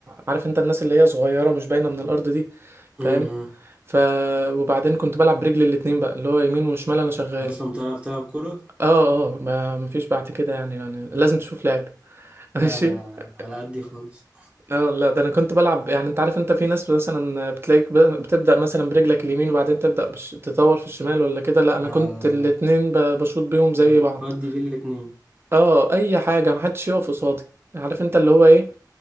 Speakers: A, on the right (about 35°); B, on the right (about 15°).
A: عارف انت الناس اللي هي صغيره ومش باينه من الارض دي فاهم
B: أمم.
A: ف وبعدين كنت بلعب برجلي الاتنين بقى اللي هو يمين وشمال انا شغال
B: أصلا بتعرف تلعب كورة؟
A: اه اه ما مفيش بعد كده يعني يعني لازم تشوف لعب <laughs> ماشي
B: لا أنا
A: <laughs>
B: على قدي خالص
A: اه لا ده انا كنت بلعب يعني انت عارف انت في ناس مثلا بتلاقيك ب- بتبدا مثلا برجلك اليمين وبعدين تبدا بش... تطور في الشمال ولا كده لا انا
B: آه،
A: كنت الاتنين ب... بشوط بيهم زي
B: بتودي
A: بعض
B: بين الاتنين
A: اه اي حاجه محدش يقف قصادي عارف انت اللي هو ايه